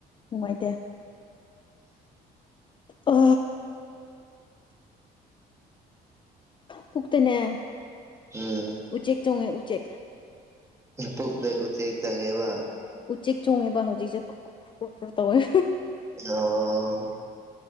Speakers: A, on the left; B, on the right.
A: ꯅꯨꯡꯉꯥꯏꯗꯦ ꯑ ꯄꯨꯛꯇꯅꯦ
B: ꯎꯝ
A: ꯎꯆꯦꯛ ꯆꯣꯡꯉꯦ ꯎꯆꯦꯛ
B: ꯄꯨꯛꯇ ꯎꯆꯦꯡ ꯆꯪꯉꯦꯕ
A: ꯎꯆꯦꯛ ꯆꯣꯡꯃꯤꯕ ꯍꯧꯖꯤꯁꯦ ꯐ ꯇ ꯑꯣꯏ
B: ꯑꯣ